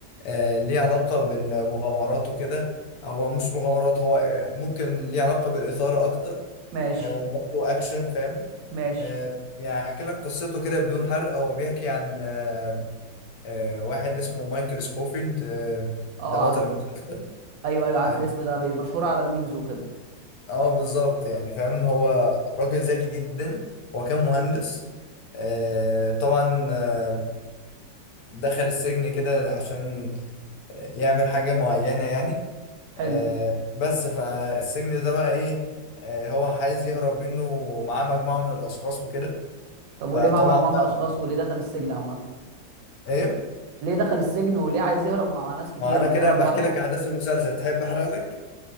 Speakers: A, on the left (about 60°); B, on the right (about 80°).
A: آه، ليه علاقة بالمغامرات وكده هو مش مغامرات هو آه، ممكن ليه علاقة بالإثارة اكتر
B: ماشي
A: آه، وبرضه اكشن فاهم
B: ماشي
A: آه، يعني هحكي لك قصته كده بدون حرق هو بيحكي عن آه، آه، واحد اسمه مايكل سكوفيلد آه،
B: اه
A: ده بطل
B: عارف
A: المسلسل
B: ايوه ايوه عارف
A: آه،
B: الاسم ده بي- مشهور على الميمز وكده
A: اه بالظبط يعني فاهم هو راجل ذكي جدا هو كان مهندس آه طبعا آه دخل السجن كده عشان يعمل حاجة معينة يعني
B: حلو
A: آه بس فالسجن ده بقى ايه آه هو عايز يهرب منه ومعاه مجموعة من الأشخاص وكده
B: طب وليه
A: فطبعا
B: مع مجموعه من
A: بقى
B: الاشخاص وليه دخل السجن عامه
A: ايه
B: ليه دخل السجن وليه عايز يهرب مع مع ناس كتيره
A: ما انا
B: ما
A: كده
B: يهرب
A: بحكي
B: لوحده
A: لك أحداث المسلسل تحب أحرق لك؟